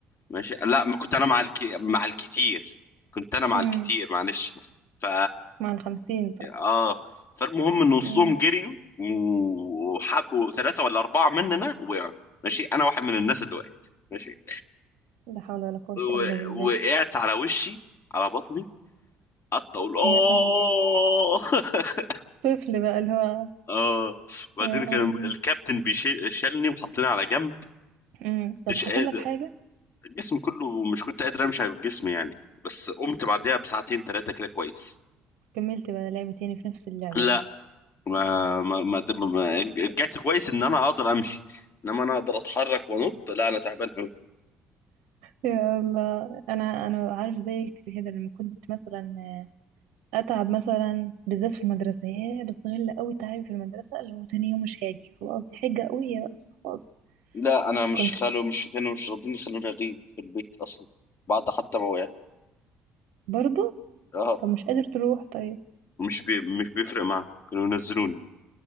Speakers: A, on the left (about 40°); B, on the right (about 65°).
A: ماشي لا ما كنت انا مع الك... مع الكتير كنت انا مع
B: امم
A: الكتير معلش ف
B: مع الخمسين بقى
A: اه فالمهم ان نصهم
B: امم
A: جريوا وحبوا ثلاثة ولا أربعة مننا وقعوا ماشي أنا واحد من الناس اللي وقعت ماشي
B: لا حول ولا قوة
A: و-
B: إلا بالله
A: وقعت على وشي على بطني قعدت أقول آه
B: يا الله
A: <laughs>
B: طفل بقى اللي هو
A: اه وبعدين
B: يا
A: كان
B: الله
A: الكابتن بيشيلني وحطني على جنب
B: امم طب
A: مش
B: حصل
A: قادر
B: لك حاجة
A: الجسم كله مش كنت قادر امشي على الجسم يعني بس قمت بعدها بساعتين ثلاثه كده كويس
B: كملت بقى لعب تاني في نفس اللعبة
A: لا
B: دي
A: ما ما ما, ما رجعت كويس ان انا اقدر امشي انما انا اقدر اتحرك وانط لا انا تعبان قوي
B: يا الله انا انا عارف زيك كده لما كنت مثلا آه، اتعب مثلا بالذات في المدرسه يا بستغل قوي تعبي في المدرسه اللي هو تاني يوم مش هاجي خلاص دي حجه قويه بقى خلاص
A: لا انا مش
B: كنت
A: خلو مش كانوا مش راضين يخلوني اغيب في البيت اصلا بعد حتى ما وقعت
B: برضو
A: اه
B: طب مش قادر تروح طيب
A: مش بي مش بيفرق معاهم كانوا ينزلوني